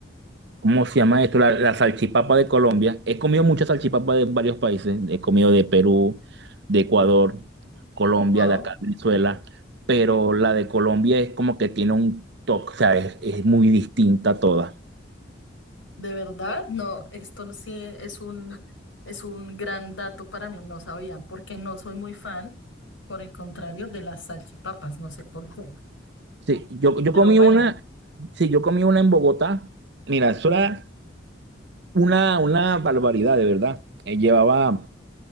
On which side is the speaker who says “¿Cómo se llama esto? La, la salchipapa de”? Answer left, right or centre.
Right